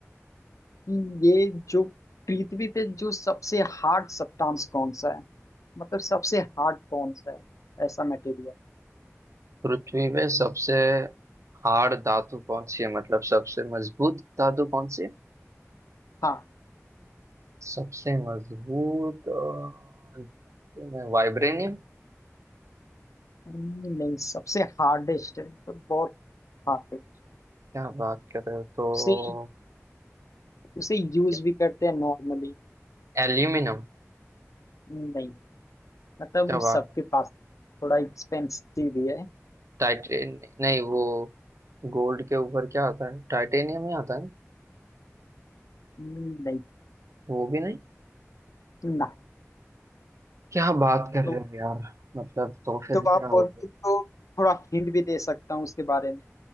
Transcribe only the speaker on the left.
कि ये जो पृथ्वी पे जो सबसे हार्ड सब्सटेंस कौन सा है मतलब सबसे हार्ड कौन सा है ऐसा मटेरियल
हाँ
हम्म, नहीं सबसे हार्डेस्ट है मतलब बहुत हार्ड है
उसे उसे यूज
भी करते हैं नॉर्मली
नहीं मतलब
सबके पास थोड़ा एक्सपेंसिव भी है
हम्म, नहीं
ना
तो,
तो
आप
बोलते
तो थोड़ा हिंट भी दे सकता हूँ उसके बारे में